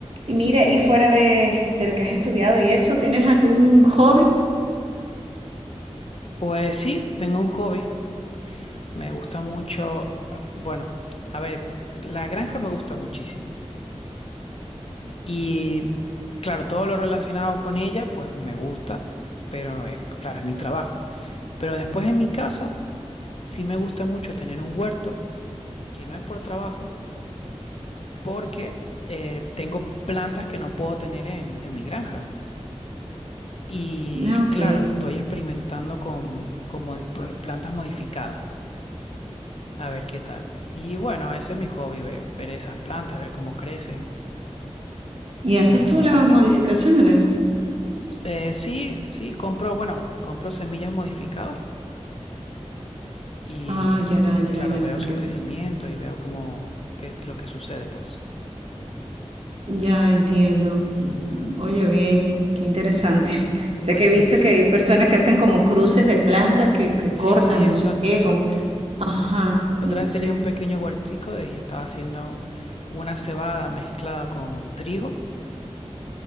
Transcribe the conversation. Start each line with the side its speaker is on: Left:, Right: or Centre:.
Right: y mira, y fuera de, de lo que has estudiado y eso, ¿tienes algún hobby?
Left: Pues sí, tengo un hobby. Me gusta mucho. Bueno, a ver, la granja me gusta muchísimo. Y claro, todo lo relacionado con ella, pues me gusta, pero es, claro, es mi trabajo. Pero después en mi casa, sí me gusta mucho tener un huerto, que no es por trabajo, porque eh, tengo plantas que no puedo tener en, en mi granja. Y
Right: Ah, Ok.
Left: claro, estoy experimentando con, con mo- plantas modificadas. A ver qué tal. Y bueno, ese es mi hobby, ve- ver, esas plantas, ver cómo crecen.
Right: ¿Y haces
Left: Me gusta
Right: tú las
Left: mucho.
Right: modificaciones?
Left: eh, sí, sí, compro, bueno, compro semillas modificadas y,
Right: Ah, ya,
Left: y
Right: ya,
Left: claro,
Right: ya,
Left: veo
Right: porque
Left: su crecimiento y veo cómo, qué, lo que sucede, pues.
Right: ya entiendo.
Left: Ujú.
Right: Oye, bien, qué interesante. <laughs> Sé
Left: Pues
Right: que he
Left: sí,
Right: visto
Left: sí.
Right: que hay personas que hacen como cruces de plantas que, que
Left: Sí,
Right: cortan,
Left: sí, exacto,
Right: no sé qué,
Left: exacto.
Right: como, ajá,
Left: La
Right: y
Left: otra
Right: entonces,
Left: vez tenía un pequeño huertico de- y estaba haciendo una cebada mezclada con trigo.